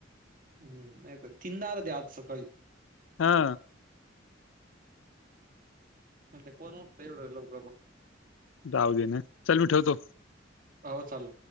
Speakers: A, on the right (about 45°); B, on the left (about 80°).
A: हम्म नाही तर तिडार द आज सकाळी
B: हा.
A: म्ह कोण उठत एवढ लव का म
B: जाव देणे चल मी ठेवतो.
A: हो चाल.